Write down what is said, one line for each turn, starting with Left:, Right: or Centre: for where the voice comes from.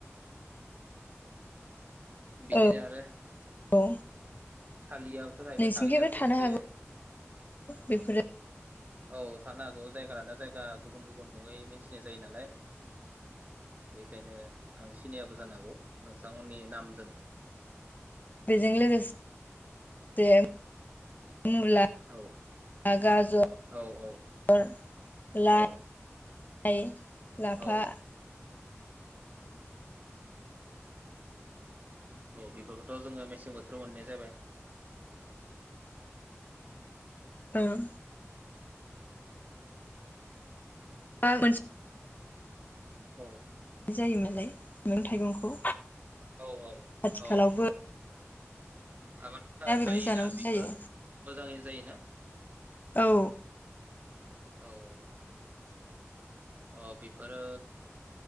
Right: बिदिनो
Left: औ
Right: आरो
Left: औ
Right: थालिया बोथ थायोबाय
Left: नोंसिनिखैबो
Right: थालियाबोथ
Left: थानो
Right: एसे
Left: हागौ बेफोरो
Right: औ थानो हागौ जायगा लाना जायगा गुबुन गुबुन मुङै मिथिनाय जायो नालाय। बेखायनो आं सिनियाबो जानो हागौ नोंथांमोननि नामजों।
Left: बेजों लोगोसे जे मुला,
Right: औ
Left: गाजर,
Right: औ औ
Left: लाइ,
Right: औ
Left: <unintelligible> लाफा,
Right: औ औ बेफोरखौथ जोङो मेसें बोथोराव मोननाय जाबाय।
Left: ओं। ओ मोनस
Right: औ
Left: जायो मोनलाय मैगं थाइगंखौ?
Right: औ औ
Left: आथिखालावबो
Right: औ आबादफफ्रा
Left: नागिरनानै
Right: जायोना
Left: जानांगौ
Right: बेफोरो
Left: जायो
Right: मोजाङै जायोना?
Left: औ।
Right: औ। अ बेफोरो